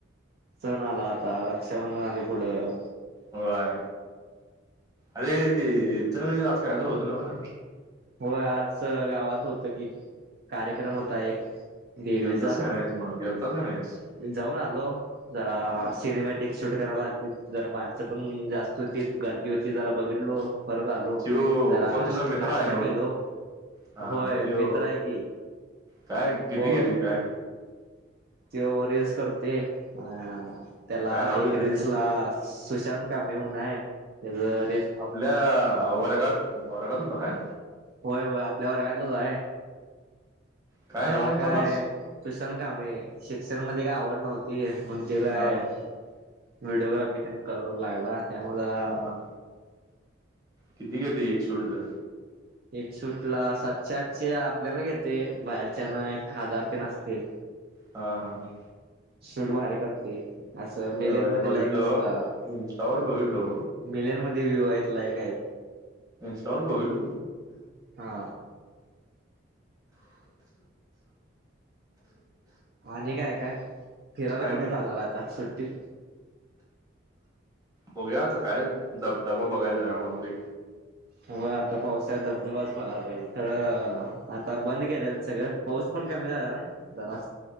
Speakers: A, on the right; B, on the right.
A: सण आला आता रक्षाबंधन आली पुढं
B: होय अरे ते चर आज काय तर होतं ना म
A: होय आज गावात होत की कार्यक्रम होता एक देवीचा
B: गेलताच का नाहीस मग गेलताच का नाहीस
A: जाऊन आलो जरा सिनेमॅटिक शूट करायला आलती जरा माणसं पण जास्त होती गर्दी होती जरा बघितलो परत आलो
B: त्यो
A: जरा
B: कोण
A: नाश्ता
B: तुझा मित्र
A: नाश्
B: आहे
A: त
B: नव्ह
A: केलो
B: हा
A: होय
B: हा त्यो
A: मित्र आहे की.
B: काय किती
A: हो
B: घेतोय काय
A: तो रील्स करतो अ त्याला
B: काय नाव त्याचं
A: एक रील्स त्याला सुशांत कामे म्हणून आहे त्यांचं
B: आपल्या वर्गात वर्गात होता काय.
A: होय होय आपल्या वर्गातलंच आहे
B: काय
A: त्याला
B: नाव होतं
A: काय
B: म्हणलास
A: तूशल का म शिक्षण मध्ये काय आवड नव्हती क म्ह ते काय
B: हा
A: व्हिडिओग्राफी तर करू लागला त्यामुळे जरा
B: हा किती घेत एक शेवटचा
A: एक सुूटला सातच्या आठचे आपल्याला घेते बाहेरच्या ना एक हजार ते नासते
B: हा हा हा
A: शूट भारी करते असं
B: वय
A: मेलेन
B: वय
A: मध्ये
B: बघितलो
A: लायक असता
B: इंस्टावर बघितलो
A: मेलन मध्ये व्ह्यू आहेत लायक आहेत
B: स्टॉर भाघल
A: हा आणि काय काय फिरायला
B: काय
A: कुठे
B: नाही
A: जाणार आता सुट्टीत
B: बघू आता काय दब दबा बघाय जा म्हणाली
A: हो आता पावसा धबधबाच बघायला पाहिजे तर आता बंद केलेल सगळं पाऊस पण कमी झाला ना जरा